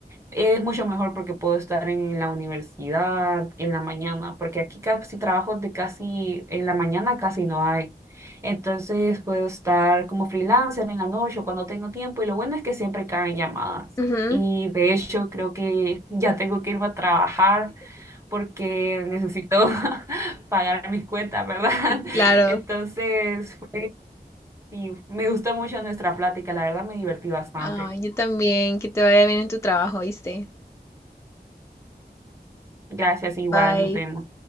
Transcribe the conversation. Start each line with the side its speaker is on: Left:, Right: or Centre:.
Right: es mucho mejor porque puedo estar en la universidad en la mañana, porque aquí casi trabajos de casi en la mañana casi no hay. Entonces puedo estar como freelancer en la noche o cuando tengo tiempo y lo bueno es que siempre caen llamadas.
Left: Ujú,
Right: Y de hecho creo que ya tengo que irme a trabajar porque necesito <laughs> pagar mis cuentas, ¿verdad?
Left: Sí,
Right: <laughs>
Left: claro.
Right: Entonces, fue, y me gustó mucho nuestra plática, la verdad me divertí bastante.
Left: Ah, yo también, que te vaya bien en tu trabajo, ¿viste?
Right: Gracias, igual,
Left: Bye.
Right: nos vemos.